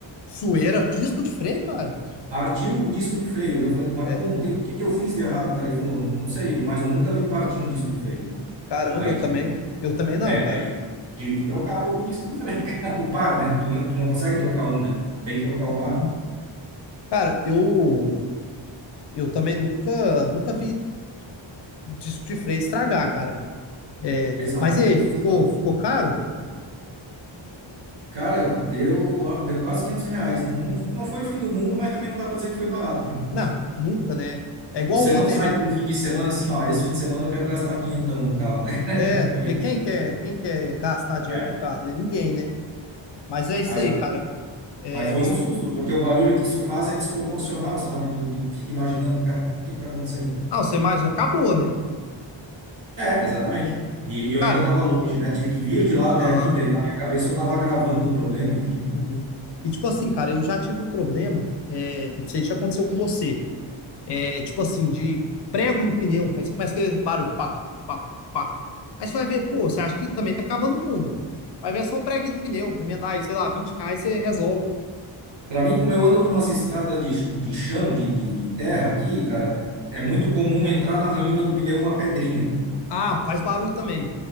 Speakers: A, on the left; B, on the right.
A: Sueira, disco de freio, cara.
B: Partiu o disco de freio. Eu falei, mas
A: É,
B: como? O que, o que que eu fiz de errado, cara? Ele falou, não sei, mas eu nunca vi partir um disco de freio.
A: caramba,
B: Aí,
A: eu também.
B: tive-
A: Eu também não,
B: é,
A: cara.
B: daí tive, tive que trocar o, o disco de freio, <laughs> cara. o par, né? Tu não, tu não consegue trocar um, né? Tem que trocar
A: Uhum.
B: o par.
A: Cara, eu eu também nunca nunca vi disco de freio estragar, cara. É,
B: Exato,
A: mas e aí, ficou
B: exato.
A: ficou caro?
B: Cara, deu, ó, deu quase 500 reais. Não, não, não foi o fim do mundo, mas também não dá pra dizer que foi barato, né?
A: Não, nunca, né? É igual
B: Você
A: ontem
B: não sai
A: mesmo.
B: para um fim de semana assim, ó, esse fim de semana eu quero gastar quinhentão no carro, né?
A: É,
B: <laughs> Foi,
A: que quem quer quem quer gastar dinheiro
B: é.
A: com carro, né? Ninguém, né? Mas é isso
B: Mas
A: aí, cara. É,
B: Mas foi
A: me...
B: um susto, porque o barulho que isso faz é desproporcional, sabe? Tu, tu fica imaginando, cara, o que que tá acontecendo, cara?
A: Ah, você imagina, acabou, né?
B: É, exatamente. E, e eu
A: Cara,
B: ainda estava longe, né? Tive que vir de lá até
A: aham.
B: aqui, daí na minha cabeça eu estava agravando o problema, enfim.
A: Uhum. E tipo assim, cara, eu já tive um problema, é, não sei se já aconteceu com você, é tipo assim, de prego no pneu, aí você começa aquele barulho, pá, pá, pá. Aí você vai ver, pô, você acha que também tá acabando o mundo. Vai ver é só um preguinho no pneu, remendar aí, sei lá, 20 reais você resolve.
B: Para mim, como eu ando numas estradas de, ch- de chão, de, de, de terra aqui, cara, é muito comum entrar na ranhura do pneu uma pedrinha.
A: Ah, faz barulho também.